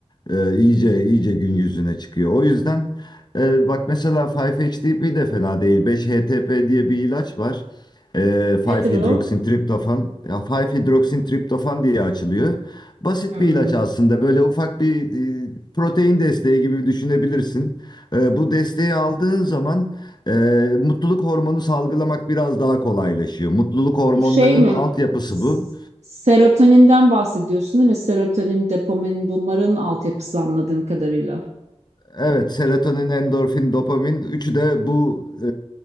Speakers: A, on the left; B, on the right.
A: E, iyice iyice gün yüzüne çıkıyor. O yüzden e, bak mesela 5-HTP de fena değil. 5-HTP diye bir ilaç var. E,
B: Nedir
A: 5-hidroksintriptofan.
B: o?
A: Ya 5-hidroksintriptofan diye açılıyor. Basit
B: Hmm.
A: bir ilaç aslında. Böyle ufak bir e, protein desteği gibi düşünebilirsin. E, bu desteği aldığın zaman e, mutluluk hormonu salgılamak biraz daha kolaylaşıyor. Mutluluk hormonlarının
B: Bu şey mi?
A: altyapısı
B: S-
A: bu.
B: Serotoninden bahsediyorsun değil mi? Serotonin, dopamin bunların altyapısı anladığım kadarıyla.
A: Evet, serotonin, endorfin, dopamin üçü de bu e,